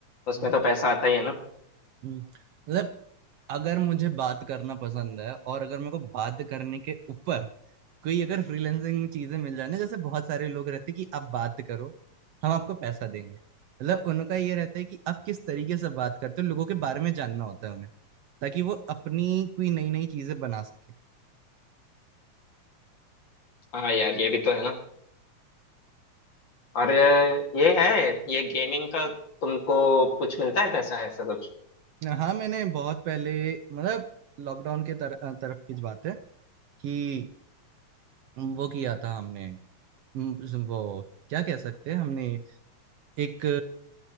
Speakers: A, on the left; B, on the right.
A: उसमें
B: हम्म
A: तो पैसा आता ही है ना
B: हम्म। मतलब अगर मुझे बात करना पसंद है और अगर मेरे को बात करने के ऊपर कोई अगर फ्रीलांसिंग में चीजें मिल जाए ना जैसे बहुत सारे लोग रहते हैं कि आप बात करो हम आपको पैसा देंगे मतलब उनका ये रहता है कि आप किस तरीके से बात करते हो लोगों के बारे में जानना होता है उन्हें ताकि वो अपनी कोई नई नई चीजें बना सके
A: हाँ यार ये भी तो है ना और अ, ये है ये गेमिंग का तुमको कुछ मिलता है पैसा ऐसा कुछ
B: हाँ मैंने बहुत पहले मतलब लॉकडाउन के तर, तरफ की बात है कि वो किया था हमने हम्म, वो क्या कह सकते हैं हमने एक